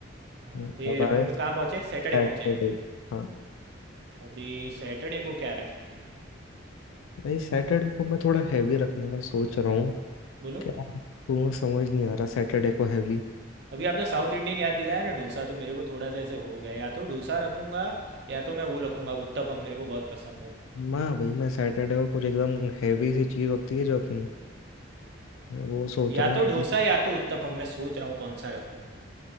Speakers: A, on the right; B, on the left.
A: हाँ,
B: हम्म,
A: फिर
B: अब
A: हम
B: आया
A: कहाँ पहुँचे सैटरडे
B: सैटरडे
A: पहुँचे
B: हाँ
A: अभी सैटरडे को क्या रखे
B: भाई सैटरडे को मैं थोड़ा हैवी रखने का सोच रहा हूँ
A: बोलो
B: क्या तू समझ नहीं आ रहा सैटरडे को हैवी
A: अभी आपने साउथ इंडियन याद दिलाया ना डोसा तो मेरे को थोड़ा सा ऐसे हो गया या तो डोसा रखूँगा या तो मैं वो रखूँगा उत्तपम मेरे को बहुत पसंद है
B: माँ भाई मैं सैटरडे को कुछ एकदम हैवी सी चीज़ होती है जो अपनी मैं वो सोच
A: या
B: रहा हूँ
A: तो
B: कि
A: डोसा या तो उत्तपम मैं सोच रहा हूँ कौन सा रखूँ